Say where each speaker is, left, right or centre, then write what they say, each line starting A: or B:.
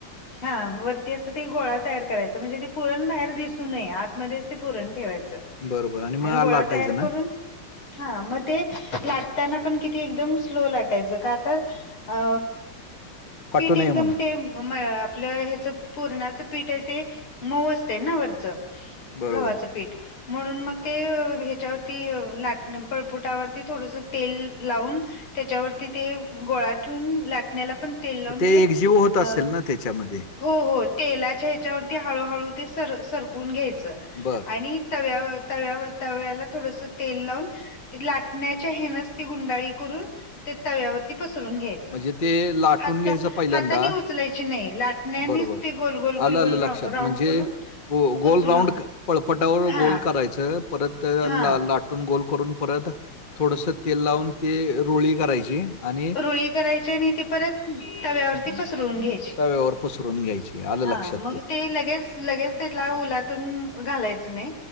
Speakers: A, on the left (about 80°); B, on the left (about 30°).
A: हा वरती असं ते गोळा तयार करायचं म्हणजे ते पुरण बाहेर दिसू नये आतमध्येच ते पुरण ठेवायचं
B: बरं, बरं मग
A: आणि गोळा
B: लाटायचं
A: तयार
B: ना?
A: करून हा मग ते ते लाटताना पण किती एकदम स्लो लाटायचं का तर, अ
B: फाटू
A: पीठ
B: नये
A: एकदम
B: म्हणून.
A: ते मळणार आपलं ह्याच पुरणाचं पीठ आहे ते मऊ असतय ना वरचं
B: बरोबर.
A: गव्हाचं पीठ म्हणून मग ते अं ह्याच्यावरती अं लाटण, पळपूट तव्या वरती थोडस तेल लावून त्याच्यावरती ते गोळा ठेवून लाटण्याला पण तेल लावून
B: ते एक जीव होत
A: अ
B: असेल ना त्याच्यामध्ये?
A: हो, हो तेलाच्या ह्याच्यावरती हळूहळू ते सर, सरकून घ्यायचं
B: बरं.
A: आणि तव्या, तव्यावर, तव्याला थोडस तेल लावून ते लाटण्याच्या हेनच ती गुंडाळी करून ते तव्यावरती पसरून घ्यायच.
B: म्हणजे ते लाटून
A: हाता,
B: घ्यायचं पहिल्यांदा.
A: हातानी उचलायची नाही लाट त्यानीच
B: बरोबर.
A: ती गोल, गोल,
B: आलं, आलं
A: गोल रा,
B: लक्षात.
A: राउंड
B: म्हणजे
A: करुन
B: गो गोल
A: उचलुन,
B: राउंड क पळपटावर
A: हा
B: गोल करायचं. परत अं
A: हा
B: ला, लाट लाटून गोल करून परत थोडस तेल लावून ते रोळी करायची आणि
A: रुळी करायची आणि ती परत तव्यावरती
B: अ,
A: पसरून घ्याची,
B: तव्यावर पसरून घ्यायची. आलं
A: हा
B: लक्षात
A: मग ते लगेच, लगेच त्याला उलातून घालायचं नाही.